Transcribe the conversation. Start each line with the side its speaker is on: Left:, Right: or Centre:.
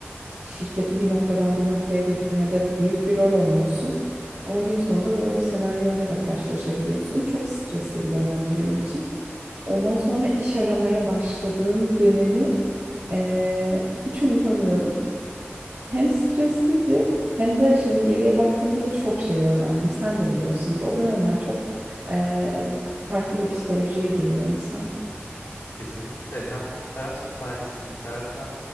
Right: Şirketi bir noktadan bir noktaya götürmede büyük bir rol oynuyorsun. Ama gün sonunda böyle bir senaryoyla da karşılaşabiliyorsun. Çok stresli bir dönemdi benim için. Ondan sonra iş aramaya başladığım dönemi eee, hiç unutamıyorum. Hem stresliydi hem de şimdi geriye baktığımda çok şey öğrendim. Sen de biliyorsundur. O dönemler çok eee, farklı bir psikolojiye giriyor insan.
Left: Kesinlikle hem bir taraftan talihsiz bir taraftan